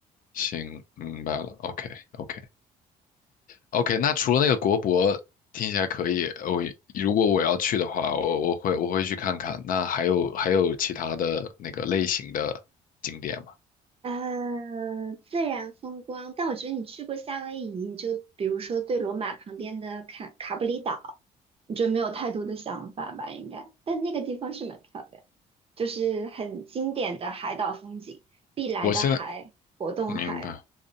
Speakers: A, on the left; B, on the right.
A: 行，明白了，OK，OK。OK，那除了那个国博听起来可以，呃我如果我要去的话，我我会我会去看看。那还有还有其他的那个类型的景点吗？
B: 呃，自然风光，但我觉得你去过夏威夷，你就比如说对罗马旁边的卡卡布里岛，你就没有太多的想法吧，应该。但那个地方是蛮漂亮，就是很经典的海岛风景，碧蓝的海，
A: 我现在
B: 果冻海
A: 明白。